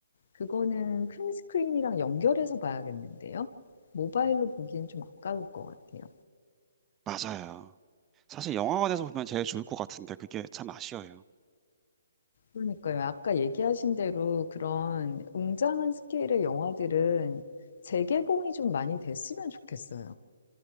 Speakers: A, on the left; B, on the right.
A: 그거는 큰 스크린이랑 연결해서 봐야겠는데요. 모바일로 보기엔 좀 아까울 것 같아요.
B: 맞아요. 사실 영화관에서 보면 제일 좋을 것 같은데 그게 참 아쉬워요.
A: 그러니까요. 아까 얘기하신 대로 그런 웅장한 스케일의 영화들은 재개봉이 좀 많이 됐으면 좋겠어요.